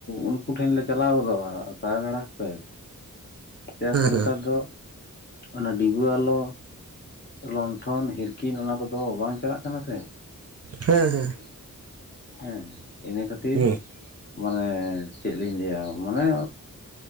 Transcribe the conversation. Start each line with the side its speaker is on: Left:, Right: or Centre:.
Left: ᱩᱱᱠᱩ ᱴᱷᱮᱱ ᱞᱮ ᱪᱟᱞᱟᱣ ᱜᱚᱫᱚᱜᱼᱟ ᱠᱟᱨᱮᱱ ᱟᱲᱟᱜ ᱯᱮ ᱪᱮᱫᱟᱜ ᱥᱮ ᱱᱮᱛᱟᱨ
Right: ᱦᱮᱸ
Left: ᱫᱚ ᱚᱱᱟ ᱰᱤᱵᱟᱹ ᱟᱞᱚ, ᱞᱚᱱᱴᱷᱚᱱ ᱦᱤᱨᱠᱤᱱ ᱚᱱᱟ ᱠᱚᱫᱚ ᱵᱟᱝ ᱪᱟᱞᱟᱜ ᱠᱟᱱᱟ ᱥᱮ᱾
Right: ᱦᱮᱸ ᱦᱮᱸ
Left: ᱦᱮᱸ ᱤᱱᱟᱹ ᱠᱷᱟᱹᱛᱤᱨ,
Right: ᱦᱮᱸ
Left: ᱢᱟᱱᱮ ᱪᱮᱫ ᱞᱤᱧ ᱞᱟᱹᱭᱟ ᱢᱟᱱᱮ